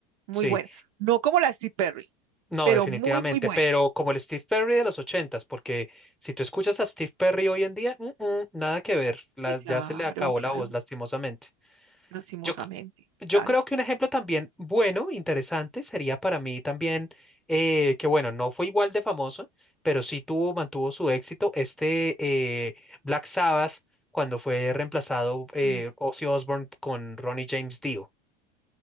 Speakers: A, on the right; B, in the centre.
A: muy
B: Sí,
A: buena. No como la de Steve Perry,
B: no,
A: pero
B: definitivamente,
A: muy, muy buena.
B: pero como el Steve Perry de los ochentas, porque si tú escuchas a Steve Perry hoy en día, mm, mm, nada que ver, la-
A: Sí, claro,
B: ya se le acabó
A: claro,
B: la voz lastimosamente.
A: lastimosamente,
B: Yo, Yo
A: claro.
B: creo que un ejemplo también bueno, interesante, sería para mí también, eh, que bueno, no fue igual de famoso, pero sí tuvo, mantuvo su éxito, este eh, Black Sabbath, cuando fue reemplazado eh,
A: Mm,
B: Ozzy Osbourne con Ronnie James Dio.